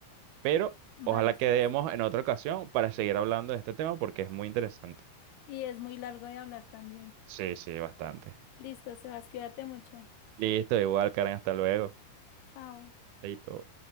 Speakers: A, on the right; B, on the left.
A: pero
B: Vale,
A: ojalá quedemos
B: Sebastián.
A: en otra ocasión para seguir hablando de este tema porque es muy interesante.
B: Y es muy largo de hablar también.
A: Sí, sí, bastante.
B: Listo, Sebas, cuídate mucho.
A: Listo, igual, Karen, hasta luego.
B: Chao.
A: Chaito.